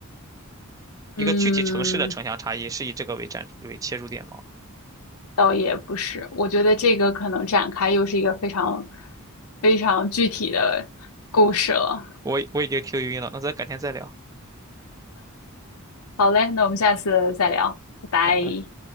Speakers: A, on the right; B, on the left.
A: 一个具体城市的城乡差异是以这个为战为切入点吗？
B: 嗯，倒也不是，我觉得这个可能展开又是一个非常非常具体的故事了。
A: 我我已经听晕了，那咱改天再聊，
B: 好嘞，那我们下次再聊，拜拜。
A: 拜拜。